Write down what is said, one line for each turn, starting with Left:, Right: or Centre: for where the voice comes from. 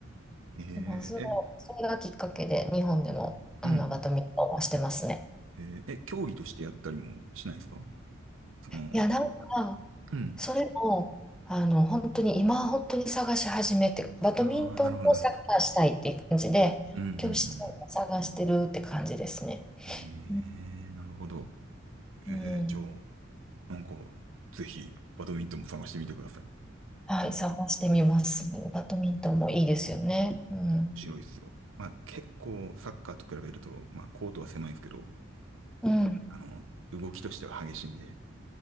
Centre: <laughs>
Right: えー、
Centre: まあ、それをそれがきっかけで、
Right: え、
Centre: 日本でも、あの、
Right: うん。
Centre: バドミントンはしてますね。
Right: えーえ、競技としてやったりもしないですかその、
Centre: いや、なんか、
Right: うん。
Centre: それも、あの、本当に、今、本当に探し始めて、バドミントンとサッカーしたいっていう感じで、
Right: ああ、なるほど、なるほど。うん、うん、
Centre: 教室を探してるって感じですね。
Right: ええーなるほど。
Centre: うん。
Right: ええじゃあ、
Centre: うん
Right: なんか、ぜひ、バドミントンも探してみてください。面
Centre: はい、探してみます。バドミントンもいいですよね。うん。
Right: 白いですよ。まあ、結構、サッカーと比べると、まあ、コートは狭いですけど、
Centre: うん。
Right: あの、動きとしては激しいんで、